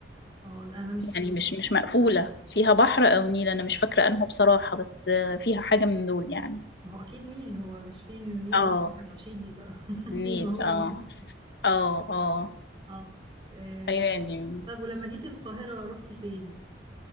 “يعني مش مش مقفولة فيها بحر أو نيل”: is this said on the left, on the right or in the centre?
Left